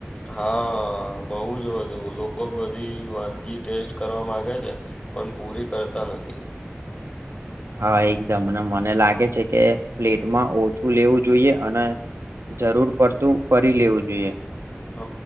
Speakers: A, on the left (about 25°); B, on the right (about 80°).
A: હા બહુ જ વધું લોકો બધી વાનગી ટેસ્ટ કરવા માગે છે. પણ પૂરી કરતા નથી.
B: હા એકદમ અને મને લાગે છે કે પ્લેટમાં ઓછું લેવું જોઈએ અને જરૂર પડતું ફરી લેવું જોઈએ.
A: હ